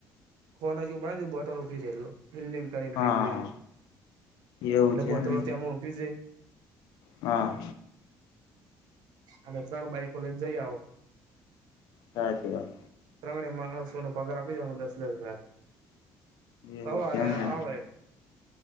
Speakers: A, on the right; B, on the left.
A: કોના જેવું બના દું બોટલો <unintelligible> કરીને
B: હા
A: તેટલી
B: એવું
A: એટલે
B: છે
A: બોટલો
B: એમને
A: ત્યાં મોકલી છે
B: હા
A: અને ત્રણ બાઈકો લઈને જઈ આવો
B: સાચી વાત
A: ત્રણેય માણસો નો પગાર આપી દવાનો દસ દસ લાખ સવારે
B: એવું છે એમને
A: આવે